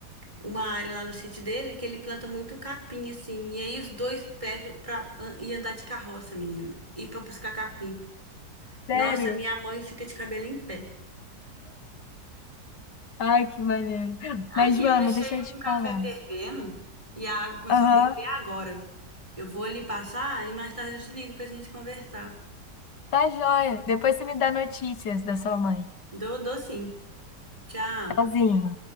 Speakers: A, on the right; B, on the left.
A: uma área lá no sítio dele que ele planta muito capim, assim. E aí os dois pegam pra ah, ir andar de carroça, menina, e para buscar capim.
B: Sério?
A: Nossa, minha mãe fica de cabelo em pé.
B: Ai, que maneiro.
A: Aqui,
B: Mas, Joana,
A: eu deixei
B: deixa eu te
A: um café
B: falar.
A: fervendo e a água começou
B: Aham,
A: a ferver agora. Eu vou lhe passar e mais tarde eu te ligo pra gente conversar.
B: tá joia. Depois você me dá notícias da sua mãe.
A: Dou, dou sim. Tchau.
B: Tchauzinho.